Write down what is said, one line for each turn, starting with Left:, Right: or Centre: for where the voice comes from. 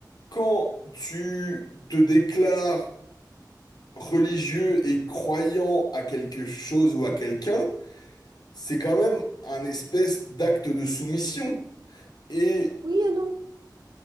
Left: Quand tu te déclares religieux et croyant à quelque chose ou à quelqu'un, c'est quand même un espèce d'acte de soumission. Et
Right: Oui et non.